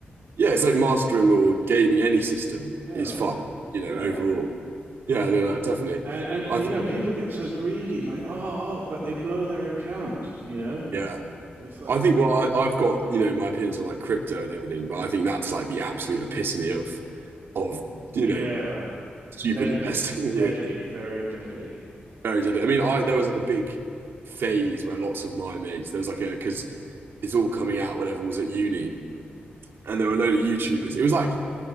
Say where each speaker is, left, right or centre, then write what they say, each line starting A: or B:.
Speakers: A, on the right (about 75°); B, on the right (about 55°).
A: yeah, it's like mastering or gaming any system
B: Yeah,
A: is fun, you know,
B: yeah.
A: overall. Yeah, no, no, definitely.
B: And and
A: I
B: you
A: think,
B: know, people get so greedy, like oh, oh, but they blow their account. You know,
A: yeah,
B: it's like
A: I think. Well, I, I've got you know my opinions on like crypto and everything, but I think that's like the absolute epitome of of you
B: yeah,
A: know stupid
B: deadly.
A: investing.
B: It's deadly,
A: <laughs>
B: very deadly.
A: Very deadly. I mean, I there was like a big phase where lots of my mates there was like a because it's all coming out when everyone was at uni, and there were a load of YouTubers. It was like